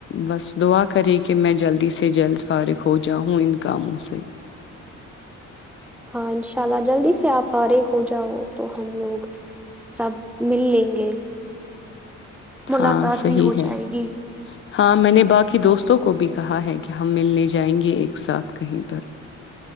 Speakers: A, on the left; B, in the centre.
A: بس دعا کرے کہ میں جلدی سے جلد فارغ ہو جاؤوں ان کاموں سے
B: ہاں انشاء اللہ جلدی سے آپ فارغ ہو جاؤ تو ہم لوگ سب مل لیں گے ملاقات
A: ہاں صحی
B: بھی ہو جائے
A: ہے
B: گی
A: ہاں میں نے باقی دوستوں کو کو بھی کہا ہے کہ ہم ملنے جائیں گے ایک ساتھ کہیں پر